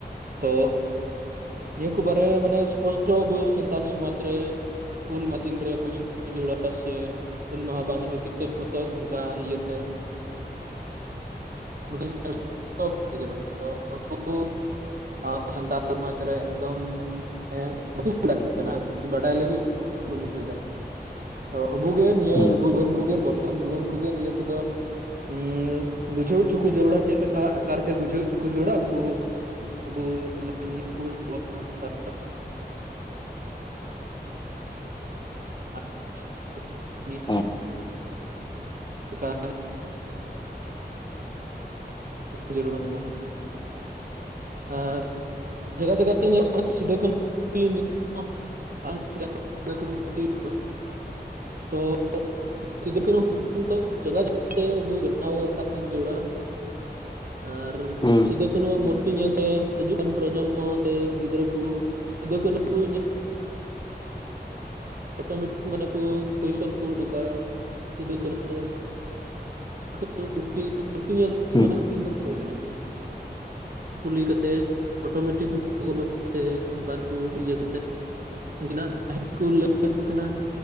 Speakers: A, on the right; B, on the left.
A: ᱛᱚ ᱱᱤᱭᱟᱹ ᱠᱚ ᱵᱟᱨᱮ ᱢᱟᱱᱮ ᱥᱯᱚᱥᱴᱚ ᱟᱵᱚ ᱥᱟᱱᱛᱟᱞ ᱥᱚᱢᱟᱡᱽ ᱨᱮ ᱦᱩᱞ ᱢᱟ ᱫᱤᱱ ᱨᱮ ᱜᱩᱡᱩᱜ ᱠᱚ ᱡᱟᱹᱨᱩᱲᱟ ᱥᱮ ᱦᱩᱞ ᱢᱟᱦᱟ ᱵᱟᱝ ᱨᱮᱦᱚᱸ ᱠᱤᱛᱟᱹᱵ ᱯᱚᱛᱚᱵ ᱚᱱᱠᱟ ᱤᱭᱟᱹᱛᱮ <unintelligible> <unintelligible> ᱥᱟᱱᱛᱟᱲ ᱥᱚᱢᱟᱡᱽ ᱨᱮ ᱮᱠᱫᱚᱢ ᱦᱮᱸ ᱵᱟᱠᱚ ᱵᱟᱲᱟᱭ ᱠᱟᱱᱟ ᱵᱟᱰᱟᱭ ᱞᱟᱹᱜᱤᱫ ᱦᱚᱸ ᱠᱩᱨᱩᱢᱩᱴᱩᱭᱮᱫᱟ ᱛᱚ ᱟᱹᱵᱩ ᱜᱮ ᱱᱤᱭᱟᱹ
B: ᱦᱩᱸ
A: ᱟᱹᱵᱩ ᱵᱚᱱ ᱠᱚᱜᱮ ᱵᱚᱨ <unintelligible> ᱡᱩᱣᱟᱹᱱ ᱠᱚᱜᱮ ᱱᱤᱭᱟᱹ ᱠᱚᱫᱚ ᱦᱩᱸ ᱵᱩᱡᱷᱟᱹᱣ ᱦᱚᱪᱚ ᱠᱚ ᱡᱟᱹᱨᱩᱲᱟ ᱪᱮᱫ ᱞᱮᱠᱟ ᱟᱠᱟᱨ ᱛᱮ ᱵᱩᱡᱷᱟᱹᱣ ᱦᱚᱪᱚ ᱠᱚ ᱡᱚᱹᱨᱩᱲᱟ ᱩᱱᱠᱩ ᱟᱵᱚ ᱢᱟᱱᱮ ᱱᱤᱭᱟᱹ ᱠᱚ <unintelligible> <unintelligible>
B: ᱦᱩᱸ
A: <unintelligible> ᱡᱟᱹᱨᱩᱲᱟ ᱢᱟᱱᱮ ᱟᱨ ᱡᱟᱜᱟ ᱡᱟᱜᱟ ᱛᱮ ᱧᱮᱞᱚᱜ ᱠᱟᱱᱟ ᱥᱤᱫᱩ ᱠᱟᱹᱱᱦᱩ <unintelligible> ᱛᱚ <unintelligible> ᱥᱤᱫᱩ ᱠᱟᱹᱱᱦᱩ ᱱᱤᱛᱚᱜ ᱡᱚᱜᱟ ᱡᱚᱛᱚᱱ ᱛᱮ ᱟᱵᱚ ᱵᱮᱱᱟᱣ ᱫᱚᱨᱠᱟᱨ ᱠᱤᱱ ᱡᱟᱹᱨᱩᱲᱟ ᱟᱨ
B: ᱦᱩᱸ
A: ᱥᱤᱫᱩ ᱠᱟᱹᱱᱦᱩᱣᱟᱜ ᱢᱩᱨᱼᱼ ᱛᱤ ᱧᱮᱞᱛᱮ ᱦᱤᱡᱩᱜ ᱠᱟᱱ ᱯᱨᱚᱡᱚᱱᱢᱚ ᱥᱮ ᱜᱤᱫᱽᱨᱟᱹ ᱠᱚ ᱥᱤᱫᱩ ᱠᱟᱹᱱᱦᱩ ᱠᱚ ᱧᱮᱞ ᱚᱴᱳᱢᱮᱴᱤᱠ ᱢᱟᱱᱮ ᱠᱚ ᱠᱚᱭᱥᱚᱱ ᱠᱚ ᱩᱰᱩᱠᱟ ᱥᱤᱫᱩ ᱠᱟᱹᱱᱦᱩ <unintelligible> ᱢᱩᱨᱛᱤ ᱧᱮᱞ ᱛᱮ
B: ᱦᱩᱸ
A: ᱢᱮᱱᱟ ᱱᱩᱠᱤᱱ ᱫᱚ ᱚᱠᱚᱭ ᱠᱟᱱᱟ ᱠᱤᱱ ᱠᱩᱞᱤ ᱠᱟᱛᱮᱜ ᱚᱴᱳᱢᱮᱴᱤᱠᱚ ᱜᱳ ᱵᱟᱵᱟ ᱥᱮ ᱚᱱᱠᱟᱱ ᱠᱚ ᱤᱭᱟᱹ ᱠᱟᱛᱮᱫ ᱩᱱᱠᱤᱱᱟᱜ ᱠᱟᱹᱦᱱᱤ ᱠᱚ ᱞᱟᱹᱭ ᱟᱠᱚ ᱠᱤᱱᱟ